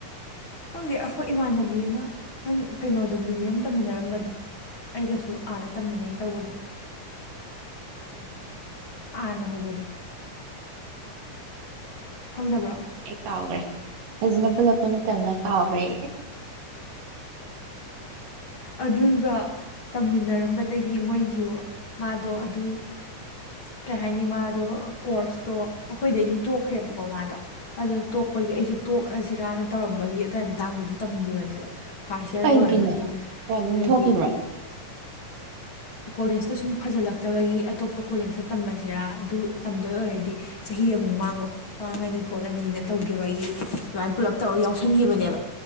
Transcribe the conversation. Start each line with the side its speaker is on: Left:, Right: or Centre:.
Left: ꯈꯪꯗꯤ ꯑꯩꯈꯣꯏ ꯏꯃꯥꯟꯅꯕꯤ ꯑꯃ ꯀꯩꯅꯣꯗꯣ ꯃꯤꯂꯤꯔꯝ ꯇꯝꯃꯤꯟꯅꯔꯝꯕꯗꯣ ꯑꯩꯒꯁꯨ ꯑꯥꯗ ꯇꯝꯃꯤꯟꯅꯩ ꯇꯧꯕꯗꯣ
Right: <unintelligible>
Left: ꯑꯥꯔꯅ ꯍꯧꯕꯗꯣ
Right: ꯑꯁ
Left: ꯈꯪꯗꯕ꯭ꯔꯣ
Right: ꯑꯃ ꯍꯥꯏꯔꯝꯃꯗꯤ ꯑꯩ ꯀꯥꯎꯈ꯭ꯔꯦ ꯐꯖꯅ ꯄꯨꯜꯂꯛꯄ ꯅꯠꯇꯕꯅ ꯀꯥꯎꯈ꯭ꯔꯦ
Left: ꯑꯗꯨꯒ ꯇꯝꯃꯤꯟꯅꯔꯝꯕꯗꯒꯤ ꯃꯣꯏꯁꯨ ꯃꯥꯗꯣ ꯑꯗꯨ ꯀꯩ ꯍꯥꯏꯅꯤ ꯃꯥꯗꯣ ꯀꯣꯔꯁꯇꯣ ꯑꯩꯈꯣꯏꯗꯩꯗꯤ ꯇꯣꯛꯈ꯭ꯔꯦꯕꯀꯣ ꯃꯥꯗꯣ ꯑꯗꯨꯅ
Right: ꯑꯥ
Left: ꯇꯣꯛꯄꯒꯤ ꯑꯩꯁꯦ ꯇꯣꯛꯑꯁꯤꯔꯅ ꯇꯧꯔꯝꯕꯒꯤ ꯑꯗꯨꯋꯥꯏ ꯃꯇꯥꯡꯗꯨꯗ ꯇꯝꯈꯤꯕꯅꯦꯕ ꯐꯥꯔꯁ ꯏꯌꯥꯔ
Right: ꯀꯩꯒꯤꯅꯣ
Left: ꯂꯣꯏꯔ ꯃꯇꯨꯡ
Right: ꯄ꯭ꯔꯣꯕ꯭ꯂꯦꯝ
Left: ꯍꯥꯏꯗꯤ
Right: ꯊꯣꯛꯈꯤꯕ꯭ꯔꯣ
Left: ꯀꯣꯂꯦꯖꯇ ꯁꯨꯝ ꯐꯖꯜꯂꯛꯇꯕꯒꯤ ꯑꯇꯣꯞ ꯀꯣꯂꯦꯖꯇ ꯇꯝꯁꯤꯔꯥ ꯑꯗꯨ ꯇꯝꯗꯣꯏ ꯑꯣꯏꯔꯗꯤ ꯆꯍꯤ ꯑꯃꯨꯛ ꯃꯥꯡꯕ ꯄꯥꯡꯉꯅꯤ ꯈꯣꯠꯂꯅꯤꯅ ꯇꯧꯈꯤꯕ ꯑꯩꯒꯤ ꯁꯨꯃꯥꯏꯅ ꯄꯨꯜꯂꯞ
Right: ꯑ
Left: ꯇꯧꯔꯒ ꯌꯥꯎꯁꯟꯈꯤꯕꯅꯦꯕ